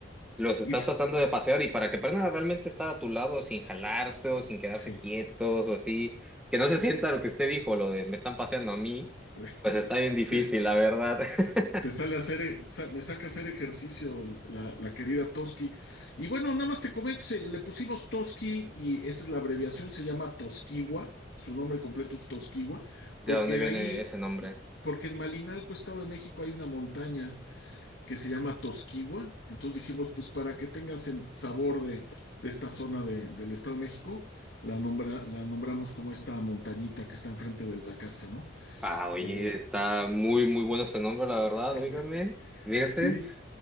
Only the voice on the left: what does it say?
Y f-
sí.
<laughs>
Sí,
Te sale a hacer, e- sa- me saca a hacer ejercicio la, la querida Toski. Y bueno, nada más te comento, se- le pusimos Toski y esa es la abreviación, se llama Tosquiwa, su nombre completo es Tosquiwa,
porque
ahí,
eh, porque en Malinalco, Estado de México, hay una montaña que se llama Tosquiwa, entonces dijimos, pues para que tengas el sabor de, de esta zona de- del Estado de México, la, nombra, la nombramos como esta montañita que está enfrente de la casa, ¿no?
Eh,
<laughs>
sí,